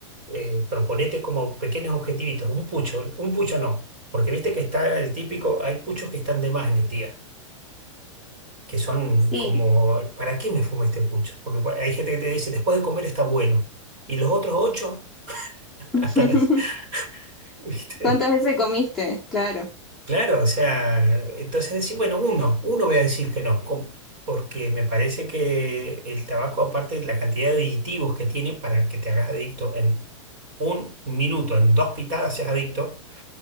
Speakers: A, on the right; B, in the centre.
A: eh, proponete como pequeños objetivitos, un pucho, un pucho no, porque viste que está el típico, hay puchos que están de más en el día, que son
B: sí.
A: como, ¿para qué me fumo este pucho? Porque por- hay gente que te dice, después de comer está bueno, y los otros ocho, <laughs>
B: <laughs>
A: hasta las, ¿viste?
B: ¿Cuántas veces comiste? Claro.
A: Claro, o sea, entonces decir, bueno, uno, uno voy a decir que no, com- porque me parece que el tabaco, aparte de la cantidad de aditivos que tiene para que te hagas adicto en un minuto, en dos pitadas seas adicto,